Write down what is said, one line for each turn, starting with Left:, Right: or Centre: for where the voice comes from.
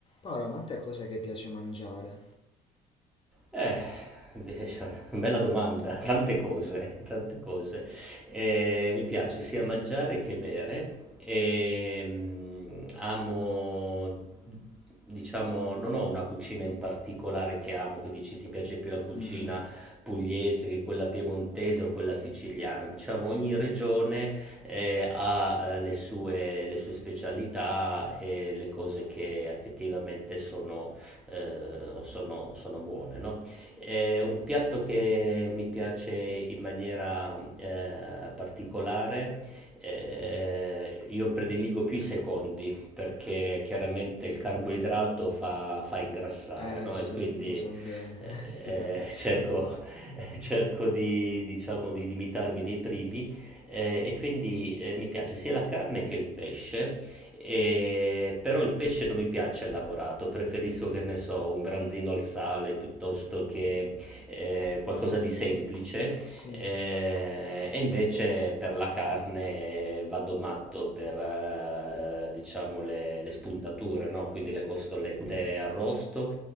Left: Paolo, ma a te cos'è che piace mangiare?
Centre: Eh, adesso è una bella domanda, <laughs> tante cose, tante cose. Ehm, mi piace sia mangiare che bere. Ehm, amo, diciamo, non ho una cucina in particolare che amo, che dici ti piace più la cucina
Left: Mm-mm.
Centre: pugliese che quella piemontese o quella siciliana. Diciamo,
Left: Sì,
Centre: ogni regione eh, ha eh, le sue, le sue specialità e le cose che effettivamente sono eh, sono, sono buone, no? È un piatto che mi piace in maniera eh, particolare. eh, io prediligo più i secondi perché chiaramente il carboidrato fa, fa ingrassare,
Left: eh
Centre: no?
Left: sì,
Centre: E quindi
Left: lo so bene,
Centre: eh,
Left: <laughs> ti capisco.
Centre: eh, cerco, <laughs> cerco di, diciamo, di limitarmi nei primi. eh, e quindi eh, mi piace sia la carne che il pesce. E- Però il pesce non mi piace elaborato, preferisco che ne so, un branzino al sale piuttosto che eh, qualcosa di semplice.
Left: Sì,
Centre: Eh, e invece per la carne vado matto per eh, diciamo le, le spuntature, no? Quindi le costolette arrosto,